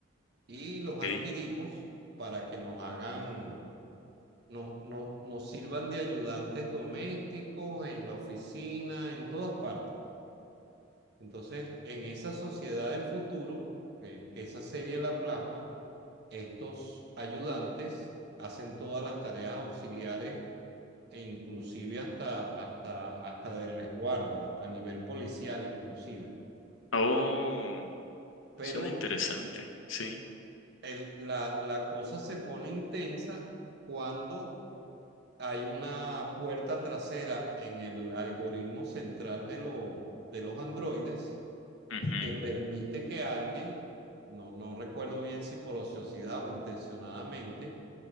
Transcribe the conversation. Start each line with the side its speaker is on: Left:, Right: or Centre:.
Right: y los
Left: ok.
Right: adquirimos para que nos hagan, nos, nos, nos sirvan de ayudantes domésticos en la oficina, en todas partes. Entonces, en esa sociedad del futuro, que, que esa serie la plasma, estos ayudantes hacen todas las tareas auxiliares e inclusive hasta, hasta, hasta de resguardo, a, a nivel policial inclusive.
Left: Oh,
Right: Pero
Left: suena interesante, sí.
Right: el- la, la cosa se pone intensa cuando hay una puerta trasera en el algoritmo central de, lo- de los androides
Left: ujú,
Right: que permite que alguien, no, no recuerdo bien si por ociosidad o intencionadamente,